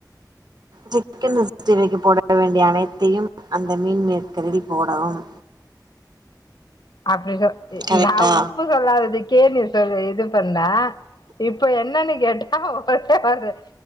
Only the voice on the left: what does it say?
அப்படி சொ
நா உப்பு சொல்லாததுக் கேளு நீ சொல்ல இது பண்ண இப்ப என்னன்னு கேட்டா ஒட்டாரு